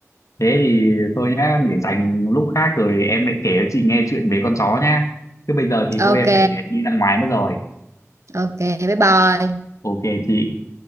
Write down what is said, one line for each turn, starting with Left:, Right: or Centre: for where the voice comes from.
Left: thế thì thôi nhá để dành lúc khác rồi em lại kể cho chị nghe chuyện về con chó nhá chứ bây giờ thì
Right: ok
Left: thôi em phải đi ra ngoài mất rồi
Right: ok bye bye
Left: ok chị